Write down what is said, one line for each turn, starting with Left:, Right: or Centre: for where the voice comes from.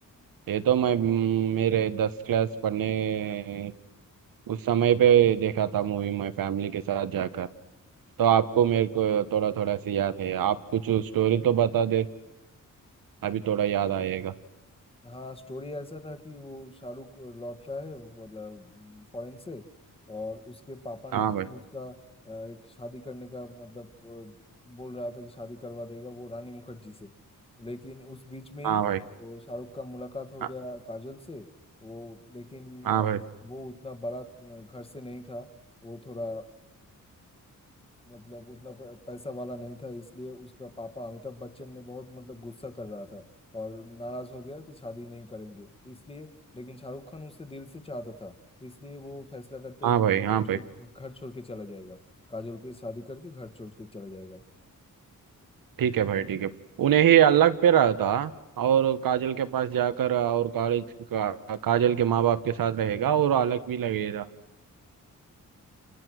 Right: ये तो मैं हम्म, मेरे दस क्लास पढ़ने उस समय पे देखा था मूवी मैं फैमिली के साथ जाकर तो आपको मेरे को थोड़ा थोड़ा सी याद है आप कुछ स्टोरी तो बता दे अभी थोड़ा याद आएगा
Left: हाँ स्टोरी ऐसा था कि वो शाहरुख लौट रहा है मतलब फॉरेन से और उसके पापा
Right: हाँ
Left: ने फिर
Right: भाई
Left: उसका अ, एक शादी करने का मतलब अ, बोल रहा था कि शादी करवा देगा वो रानी मुखर्जी से लेकिन उस बीच में
Right: हाँ
Left: ही
Right: भाई
Left: वो शाहरुख का मुलाकात हो
Right: हाँ
Left: गया काजल से वो लेकिन
Right: हाँ
Left: अ,
Right: भाई
Left: वो उतना बड़ा अ, घर से नहीं था वो थोड़ा मतलब उतना प- पैसा वाला नहीं था इसलिए उसका पापा अमिताभ बच्चन ने बहुत मतलब गुस्सा कर रहा था और नाराज हो गया कि शादी नहीं करेंगे इसलिए लेकिन शाहरुख खान उसे दिल से चाहता था इसलिए वो फैसला करता
Right: हाँ
Left: है कि
Right: भाई
Left: घर
Right: हाँ भाई
Left: छोड़ घर छोड़ के चला जाएगा काजोल के शादी करके घर छोड़ के चला जाएगा
Right: ठीक है भाई ठीक है उन्हें ही अलग पे रहा था और काजल के पास जाकर और काजल का, काजल के माँ बाप के साथ रहेगा और अलग भी लगेगा